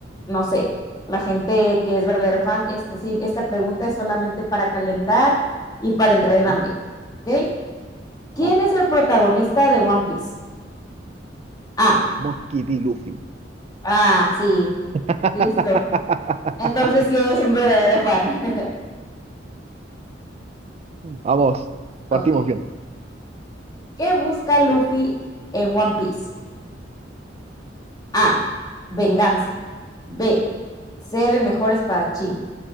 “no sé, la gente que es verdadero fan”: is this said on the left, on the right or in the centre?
Left